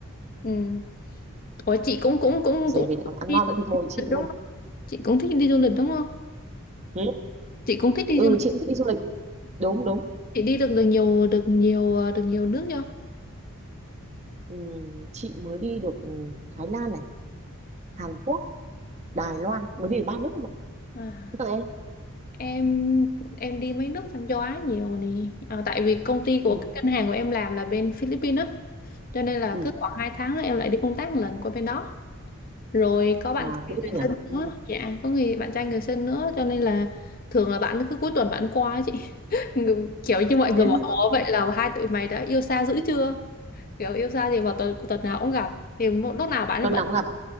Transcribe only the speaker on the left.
Ừ. Ủa chị cũng cũng cũng cũng
đi
du
lịch đúng
không? Chị cũng thích đi du lịch đúng không?
Chị cũng thích đi
du
Chị đi được được nhiều được nhiều ờ, được nhiều nước chưa?
À,
Em em đi mấy nước trong châu Á nhiều nè. Ờ, tại vì công ty của
cái ngân hàng của em làm là bên Philippines á, cho nên là
cứ khoảng 2 tháng là em lại đi công tác một lần qua bên đó. Rồi có bạn
trai
người
sinh
nữa, dạ có người bạn trai người sinh nữa, cho nên là thường là bạn cứ cuối tuần bạn qua á chị. <laughs> Người- Kiểu như mọi người
bảo "Ủa, vậy là hai tụi mày đã yêu xa dữ chưa? Kiểu yêu xa thì vào tuần tuần nào cũng gặp. Thì một lúc nào bạn